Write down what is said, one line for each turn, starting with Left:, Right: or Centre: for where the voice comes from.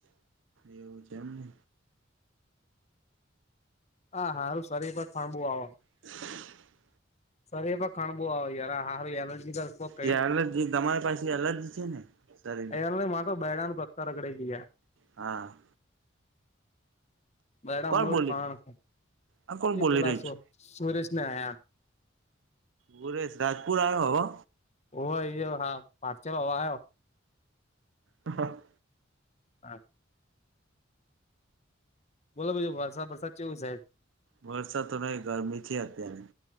Right: એવું છે એમને.
Left: હા હાારું શરીર પર ફાંબું આવ.
Right: <inaudible>
Left: સર એ પણ ખાણ બુ આવે ય હારું એલર્જી કર.
Right: એ એલર્જી તમારી પાસે એલર્જી છે ને. શરીરને
Left: અને મા તો બેડાનું પત્તા રગડે કયા.
Right: હા.
Left: બડાામ
Right: કોણ
Left: ન
Right: બોલી
Left: ખાણ ખ
Right: આ કોણ
Left: એ
Right: બોલી
Left: પેલા
Right: રહ્યું છે
Left: સુરેશને આયા.
Right: ભુરેશ રાજપુર આવ્યો હવે.
Left: ઓ હા પારચલ વા આવ.
Right: હા.
Left: હા. બોલો ભજ વરસા વરસાદ ચોવીસાય.
Right: વરસાદ તો ન ગરમી છે અતની.